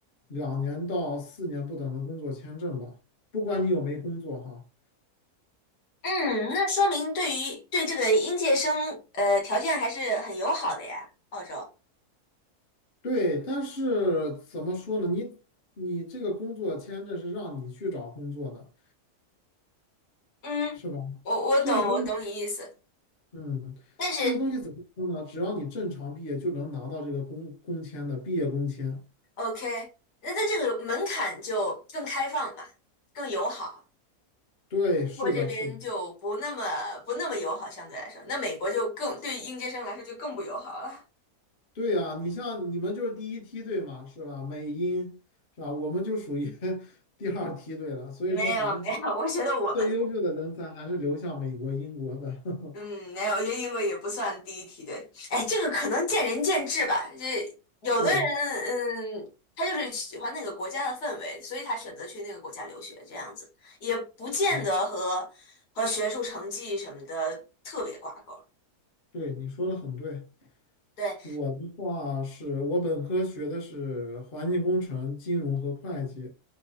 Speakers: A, on the left; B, on the left.
A: 两年到四年不等的工作签证吧，不管你有没工作哈。
B: 嗯，那说明对于对这个应届生，呃，条件还是很友好的呀，澳洲。
A: 对，但是怎么说呢？你你这个工作签证是让你去找工作的，
B: 嗯，
A: 是吧？
B: 我我懂，
A: 这个东西，
B: 我懂你意思。
A: 嗯，
B: 但是
A: 这个东西怎么说呢？只要你正常毕业就能拿到这个工工签的毕业工签。
B: ，OK，那它这个门槛就更开放嘛，更友好。
A: 对，
B: 中国这边就不那么不那么友好，
A: 是的，是的。
B: 相对来说，那美国就更对于应届生来说就更不友好了。
A: 对呀，你像你们就是第一梯队嘛，是吧？美英是吧？我们就属于 <laughs> 第二梯队了，
B: <laughs>
A: 所以说还
B: 没有没有，
A: <laughs>
B: 我觉得我们
A: 最优秀的人才还是流向美国、英国的。
B: 嗯没有，
A: <laughs>
B: 我觉得英国也不算第一梯队。哎，这个可能见仁见智吧。这有的人嗯，
A: 对
B: 他就是喜欢那个国家的氛围，所以他选择去那个国家留学，这样子也不见得和和学术成绩什么的特别挂钩。
A: 对对，你说的很对。
B: 对，
A: 我的话是我本科学的是环境工程、金融和会计，